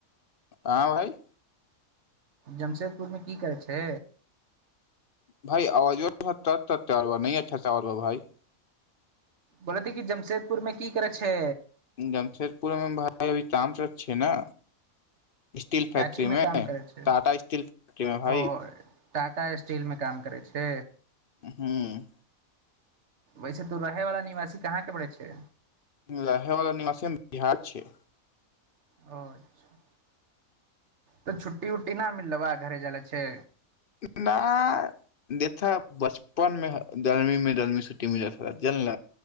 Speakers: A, on the left; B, on the right.
A: आहां भाई
B: जमशेदपुरमे की करै छै
A: भाय आवाज तत नै अच्छा सँ आवाज आर भाइ
B: बोलती कि जमशेदपुर मे की करै छै
A: जमशेदपुरमे भाय अभी तामच छै ने स्टील फैक्ट्री
B: काचीमे
A: मे
B: काम करै छै
A: टाटा स्टील फैक्ट्री मे भाई
B: ओ टाटा स्टीलमे काम करै छै
A: हूँ
B: वैसे तू रहे वाला निवासी कहाँ के पड़ै छै
A: यह बला निवासी बिहार छै
B: अच्छा तऽ छुट्टी उट्टी न मिललौ ह घरे जाय लेल छै
A: न देथ बचपन में गर्मीं गर्मी छुट्टी मिल जाताा जनल